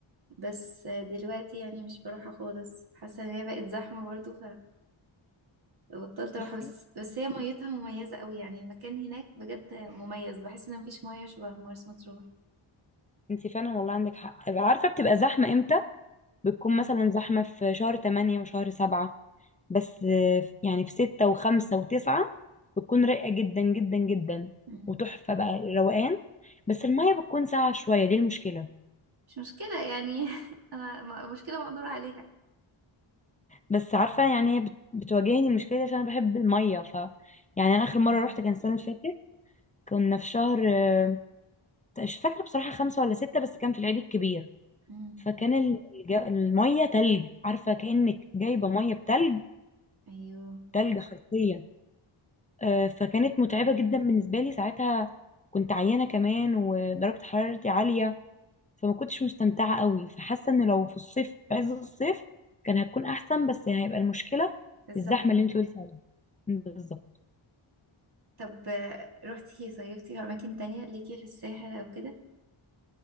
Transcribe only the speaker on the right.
بس آه، دلوقتي يعني مش بروحها خالص حاسة إن هي بقت زحمة برضو فبطلت أروحها
بس بس هي ميتها مميزة قوي يعني المكان هناك بجد مميز بحس إن مفيش مية شبه مرسى مطروح
مم.
مش مشكلة يعني <laughs> أنا م- مشكلة مقدور عليها
آه
مم.
أيوه
الزحمة
طب آه، روحتي صيفتي في أماكن تانية ليكي في الساحل أو كده؟